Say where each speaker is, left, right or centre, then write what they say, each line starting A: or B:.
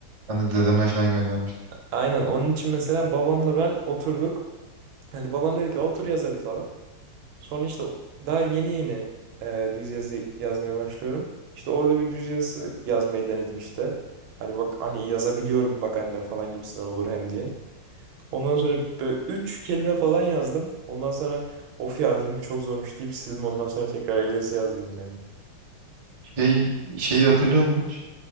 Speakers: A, on the right (about 45°); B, on the right (about 75°).
A: ben de dedeme falan göndermiştim.
B: Aynen onun için mesela babamla ben oturduk. Hadi babam dedi ki otur yaz hadi falan. Sonra işte daha yeni yeni e, düz yazı yazmaya başlıyorum. İşte orada bir düz yazı yazmayı denedim işte. Hani bak hani yazabiliyorum bak anne falan gibisinden olur hem diye. Ondan sonra böyle üç kelime falan yazdım. Ondan sonra of ya dedim bu çok zormuş deyip sildim. Ondan sonra tekrar Elias'ı yazdım yani.
A: Şey, şeyi hatırlıyor musun hiç?